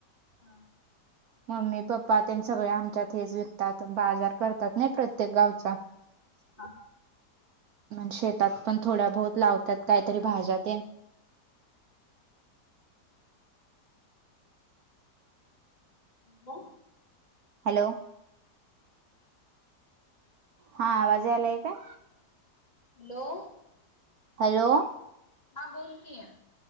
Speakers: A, on the left; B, on the right.
A: हा
B: मम्मी पप्पा त्यां सगळे आमच्यात हेच विकतात बाजार करतात नाही प्रत्येक गावचा.. <inaudible>
A: हा हा
B: शेतात पण थोड्या बहुत लावतात काहीतरी भाज्यात.
A: हो
B: हॅलो! हा आवाजे आलाय का?
A: हॅलो!
B: हॅलो!
A: हां बोलकी आहे.